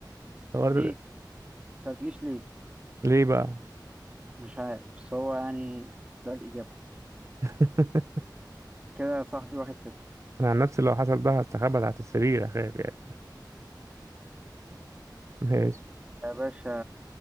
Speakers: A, on the right; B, on the right.
A: صورت-
B: ليه سألتنيش ليه
A: ليه بقى
B: مش عارف بس هو يعني ده الإجابة
A: <laughs>
B: كده يا صاحبي واحد صفر
A: انا عن نفسي لو حصل ده هستخبى تحت السرير اخاف يعني ماشي
B: يا باشا